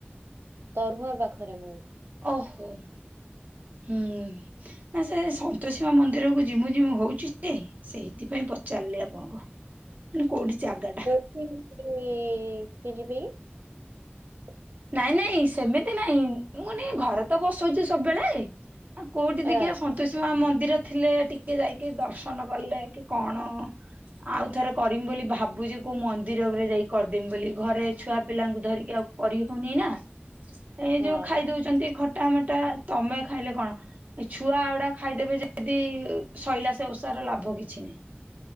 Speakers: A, on the right; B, on the right.
A: ତରୁଆ ପାଖରେ ମଉରି।
B: ଓହୋ। ହୁଁ ନା ସେ ସନ୍ତୋଷୀ ମା ମନ୍ଦିର କ ଜିମୁ ଜିମୁ ହଉଚି ଯେ ସେଇଥିପାଇଁ ପଚାରିଲି ଆପଣଙ୍କୁ କୋଉଠି? ଜାଗା ଟା
A: କୋଉଁଠି କି ଯିବେ କି?
B: ନାଇଁ ନାଇଁ ସେମିତି ନାଇଁ ମୁଁନ ଘରେ ତ ବସଉଚି ସବୁବେଳେ ଆଉ କୋଉଠି ଦେଖିବା
A: ଆଚ୍ଛା
B: ସନ୍ତୋଷୀ ମା ମନ୍ଦିର ଥିଲେ ଟିକେ ଯାଇକି ଦର୍ଶନ କଲେ କି କଣ ଆଉ ଥର କରିମି ବୋଲି ଭାବୁଚି କୋଉ ମନ୍ଦିରରେ ଯାଇ କରିଦେମି ବୋଲି ଘରେ ଛୁଆ ପିଲାଙ୍କୁ ଧରିକି ଆଉ କରି ହଉନି ନା ଏଇ
A: ହଁ
B: ଯୋଉ ଖାଇଦଉଚନ୍ତି ଖ ଟା ମଟା ତମେ ଖାଇଲେ କଣ ଏ ଛୁଆ ଆଉୁଡା ଖାଇଦେବେ ଯଦି ଶଇଲା ସେ ଓଷା ଲାଭ କିଛି ନାଁଇ।